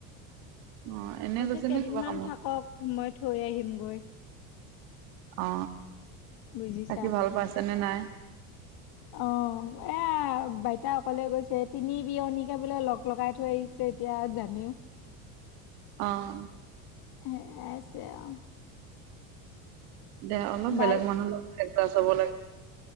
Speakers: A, on the right (about 70°); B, on the left (about 55°).
A: অ', এনে
B: কৈছে
A: গৈছে
B: কেইদিন
A: নে কিবা
B: মান
A: কামত?
B: থাকক, মই থৈ আহিম গৈ।
A: অ,
B: বুজিছা
A: বাকি ভাল পাইছে নে নাই?
B: অ এ বাইতা অকলে গৈছে তিনি বিয়নীকে বোলে লগ লগাই থৈ আহিছে। এতিয়া জানিম।
A: অঁ
B: এহ এ আছে আও।
A: দে অলপ
B: বাইত
A: বেলেগ মানুহ লগ একচাইজ হ'ব লাগে।